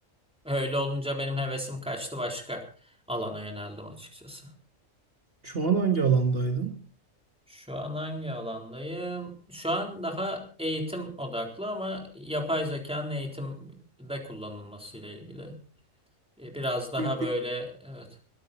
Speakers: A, in the centre; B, on the right (about 45°).
A: Öyle olunca benim hevesim kaçtı başka alana yöneldim açıkçası.
B: Şu an hangi alandaydın?
A: Şu an hangi alandayım? Şu an daha eğitim odaklı ama yapay zekanın eğitimde kullanılmasıyla ilgili. E, Biraz daha
B: Büyük
A: böyle evet.